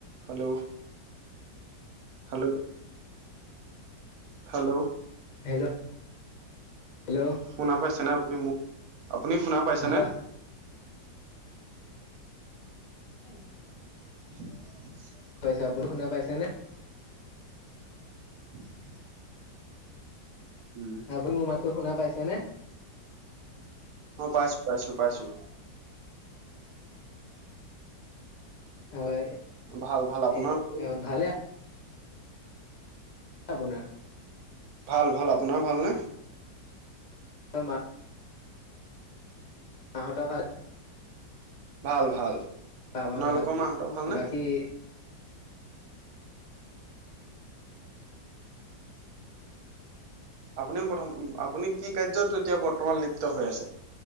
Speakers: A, on the right; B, on the left.
A: Hello? Hello? Hello?
B: Hello? Hello
A: শুনা পাইচেনে? তুমি মোক আপুনি শুনা পাইছেনে?
B: হয় অ <unintelligible>
A: <unintelligible>
B: পাইছে। আপুনি শুনা পাইছেনে?
A: <unintelligible> উম,
B: আপুনি মোৰ মাততো শুনা পাইছে ছেনে?
A: অ' পাইছো পাইছো পাইছো
B: হয়।
A: ভাল, ভাল। আপোনাৰ?
B: এ ভালে আপোনাৰ?
A: ভাল, ভাল। আপোনাৰ ভালনে?
B: হয়ম <unintelligible> হহা ভাল <unintelligible>
A: ভাল, ভাল।
B: আমাৰ
A: আপোনালোকৰ
B: ভাল।
A: মাহঁতৰ ভালনে?
B: বাকী?
A: আপুনি প্ৰথম আপুনি কি কাৰ্যত এতিয়া বৰ্তমান লিপ্ত হৈ আছে?